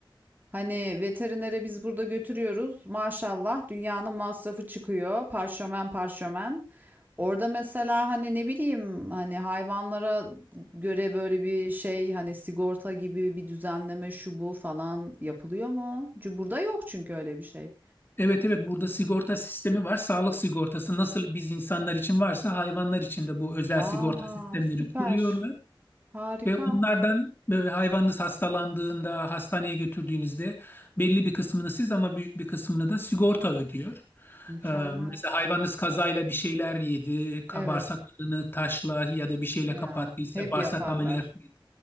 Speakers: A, on the right; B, on the left.
A: hani veterinere biz burada götürüyoruz. Maşallah dünyanın masrafı çıkıyor. Parşömen parşömen. Orada mesela hani ne bileyim hani hayvanlara göre böyle bir şey hani sigorta gibi bir düzenleme şu bu falan yapılıyor mu? Çünkü burada yok çünkü öyle bir şey.
B: Evet evet burada sigorta sistemi var. Sağlık sigortası nasıl biz insanlar için varsa hayvanlar için de bu özel
A: Aa
B: sigorta sistemleri
A: süper.
B: kuruyorlar.
A: Harika.
B: Ve onlardan böyle hayvanınız hastalandığında hastaneye götürdüğünüzde belli bir kısmını siz ama büyük bir kısmını da sigorta ödüyor.
A: Mükemmel.
B: Ee, mesela hayvanınız kazayla bir şeyler yedi, ka-
A: Evet.
B: bağırsaklarını taşla ya da bir şeyle
A: Ya
B: kapattıysa
A: hep
B: bağırsak
A: yaparlar.
B: ameliyatıydı.